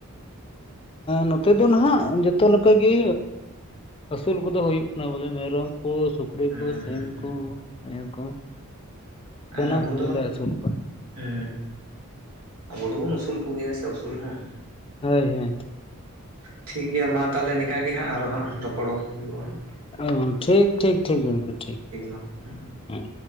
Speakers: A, on the left; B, on the right.
A: ᱱᱚᱛᱮ ᱫᱚ ᱱᱟᱦᱟᱜ ᱡᱚᱛᱚ ᱞᱮᱠᱟ ᱜᱮ ᱟᱹᱥᱩᱞ ᱠᱚᱫᱚ ᱦᱩᱭᱩᱜ ᱠᱟᱱᱟ ᱵᱚᱞᱮ ᱢᱮᱨᱚᱢ ᱠᱚ ᱥᱩᱠᱨᱤ
B: ᱦᱩᱸ
A: ᱠᱚ ᱥᱤᱢ
B: ᱦᱩᱸ ᱦᱩᱸ
A: ᱠᱚ ᱱᱤᱭᱟᱹ ᱠᱚ ᱥᱟᱱᱟᱢ
B: ᱟᱨ ᱟᱵᱚ
A: ᱠᱚᱜᱮᱞᱮ
B: ᱫᱚ
A: ᱟᱹᱥᱩᱞ ᱠᱚᱣᱟ
B: ᱦᱩ ᱟᱵᱚ ᱫᱚᱵᱚᱱ ᱟᱹᱥᱩᱞ ᱠᱚᱜᱮᱭᱟ ᱥᱮ ᱟᱹᱩᱥᱩᱞ ᱦᱚᱸ
A: ᱦᱳᱭ ᱦᱳᱭ
B: ᱴᱷᱤᱠ ᱜᱮᱭᱟ ᱢᱟ ᱛᱟᱦᱚᱞᱮ ᱱᱤᱝᱠᱟ ᱜᱮ ᱦᱟᱸᱜ ᱟᱨᱦᱚ ᱦᱟᱸᱜ ᱨᱚᱯᱚᱲ ᱦᱩᱭᱩᱜᱼᱟ ᱾
A: ᱚ ᱴᱷᱤᱠ ᱴᱷᱤᱠ ᱴᱷᱤᱠ ᱜᱚᱢᱠᱮ ᱴᱷᱤᱠ
B: ᱢᱟ ᱦᱩᱸ
A: ᱦᱮᱸ